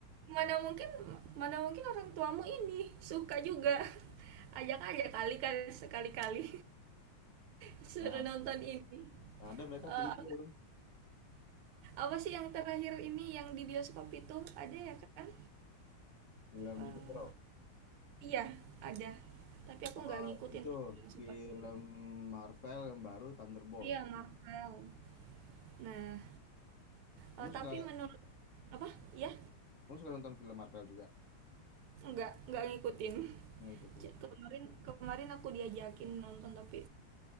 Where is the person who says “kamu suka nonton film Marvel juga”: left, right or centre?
Left